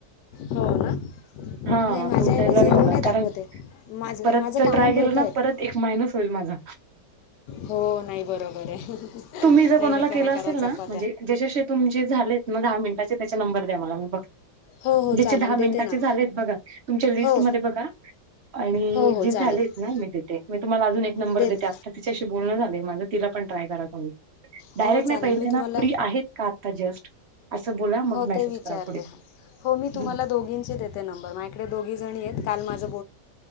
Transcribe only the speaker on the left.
हो ना
नाही माझ्या
याला झिरो
दाखवते
माझं
माझं
काउंट
होतं
आहे
हो नाही बरोबर आहे नाही
नाही करा
करा
चपात
हो हो
चालेल
देते
ना
हो
हो हो
चालेल
देत
हो
चालेल
मी
तुम्हाला..
हो
ते विचारते
हां हो मी तुम्हाला
दोघींचे देते नंबर माझ इकडे दोघी जणी आहेत काल माझ